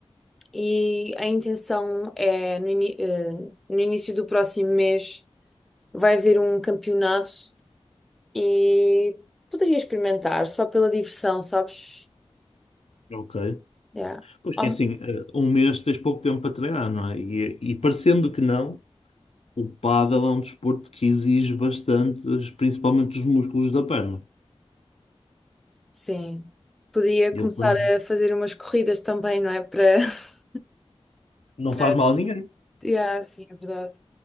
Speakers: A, in the centre; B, on the left (about 75°).
A: e a intenção é no, ini- eh, no início do próximo mês vai haver um campeonato E poderia experimentar só pela diversão, sabes?
B: Ok.
A: Yeah.
B: Pois
A: Hom-
B: que é assim, eh, um mês tens pouco tempo para treinar, não é? E, e parecendo que não, o pádel é um desporto que exige bastante, principalmente os músculos da perna.
A: Sim. Podia
B: E
A: começar
B: Eu, quando-
A: a fazer umas corridas também, não é? Para, <laughs>
B: não
A: para...
B: faz mal a ninguém.
A: Yeah, sim, é verdade.